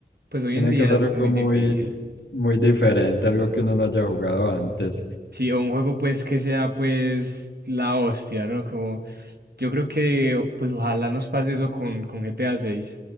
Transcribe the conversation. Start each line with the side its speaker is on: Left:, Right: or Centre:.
Right: pues hoy
Left: Tiene
Right: en día
Left: que ser
Right: es
Left: algo
Right: muy
Left: muy,
Right: difícil.
Left: muy diferente, algo que uno no haya jugado antes.
Right: Sí, o un juego pues que sea pues la hostia, ¿no? Como yo creo que pues ojalá nos pase eso con, con GTA seis.